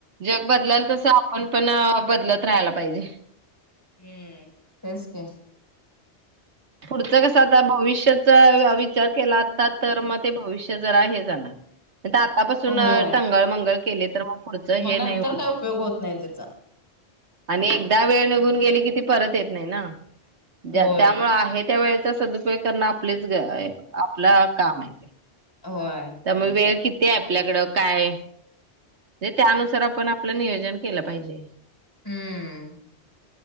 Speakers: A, on the right (about 75°); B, on the left (about 20°).
A: जग बदलल तस आपण पण बदलत राहायला पाहिजे.
B: हम्म तेच की.
A: पुढचं कसं आता भविष्याचा विचार केला असता तर मग ते भविष्य जर आहे जाणार. आतापासून
B: होय
A: टंगळ मंगळ केले तर मग पुढचं
B: मग
A: हे
B: नंतर
A: नाही होत.
B: काय उपयोग होत नाही त्याचा.
A: आणि एकदा वेळ निघून गेली की परत येत नाही ना. ज्या
B: होय
A: त्यामुळे आहे त्या वेळेत चा सदुपयोग करण आपलेच आपला काम आहे.
B: होय.
A: त्यमुळे वेळ किती ते आपल्याकडं काय ते त्यानुसार आपण आपलं नियोजन केलं पाहिजे.
B: हम्म